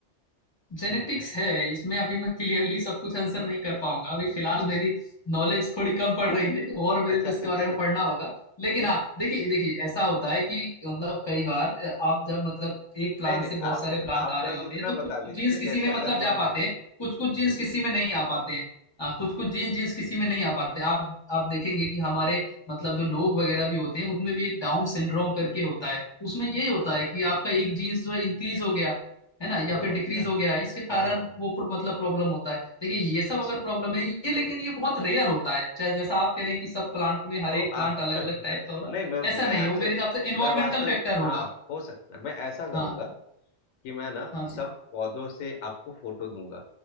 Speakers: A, on the left; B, on the left.
A: जेनेटिक्स है इसमें अभी मैं क्लियरली सब कुछ आंसर नहीं कर पाऊंगा अभी फिलहाल
B: अच्छा
A: मेरी नॉलेज थोड़ी कम पड़ रही है और मेरे
B: अच्छा
A: को
B: अच्छा
A: इसके बारे
B: नहीं
A: में
B: नहीं
A: पढ़ना होगा लेकिन
B: ठीक
A: हाँ
B: है
A: देखिए देखिए ऐसा होता है कि मतलब कई बार आप जब मतलब एक प्लांट
B: नहीं नहीं
A: से बहुत
B: आप
A: सारे प्लांट
B: आप
A: आ रहे
B: बस
A: होते
B: इतना
A: हैं तो
B: बता
A: कुछ कुछ
B: दीजिए
A: जीन्स किसी
B: जैसे
A: में मतलब
B: अगर
A: जा
B: मान लीजिए
A: पाते हैं कुछ कुछ जीन्स
B: जी
A: किसी में नहीं आ पाते हैं आ, कुछ कुछ
B: जी
A: जीन्स जीन्स किसी में नहीं आ पाते हैं। आप आप देखेंगे कि हमारे मतलब जो लोग वगैरह भी होते हैं उनमें भी एक डाउन सिंड्रोम करके होता है उसमें यही होता
B: अच्छा
A: है
B: अच्छा
A: कि
B: अच्छा
A: आपका एक जीन्स जो है इंक्रीज हो गया है ना या
B: ओ
A: फिर डिक्रीज
B: अच्छा अच्छा
A: हो गया
B: अच्छा
A: इसके कारण
B: हाँ हाँ हाँ
A: वो प्र- मतलब प्रॉब्लम होता है देखिए ये सब
B: अच्छा
A: अगर प्रॉब्लम है ये लेकिन ये बहुत रेयर होता है जै, जैसा आप कह रहे हैं कि सब प्लांट में हर
B: तो
A: एक
B: आ,
A: प्लांट अलग
B: <laughs>
A: अलग टाइप का हो रहा
B: नहीं मैं
A: है ऐसा
B: मैं
A: नहीं
B: आपसे
A: है, वो मेरे हिसाब से इन्वायरमेंटल
B: मैं वास्तविक
A: फैक्टर होगा
B: हाँ हो सकता है मैं ऐसा करूंगा
A: हाँ
B: कि मैं ना
A: हाँ जी
B: सब पौधों से आपको फोटो दूंगा